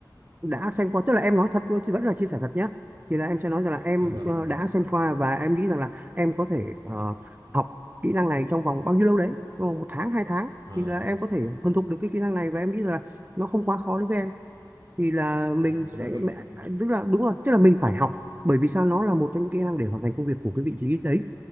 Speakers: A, on the right (about 25°); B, on the right (about 75°).
A: đã xem qua tức là em nói thật thôi chứ vẫn là chia sẻ thật nhé thì là em sẽ nói rằng là em
B: Dạ vâng.
A: ờ, đã xem qua và em nghĩ rằng là em có thể ờ, học kỹ năng này trong vòng bao nhiêu lâu đấy trong vòng một tháng hai tháng
B: À,
A: thì là em có thể thuần thục được cái kỹ năng này và em nghĩ rằng là nó không quá khó đối với em thì là mình
B: à,
A: sẽ
B: tức là mình
A: mẹ- tức là đúng rồi tức là mình phải học bởi vì sao nó là một trong những kỹ năng để hoàn thành công việc của cái vị trí đấy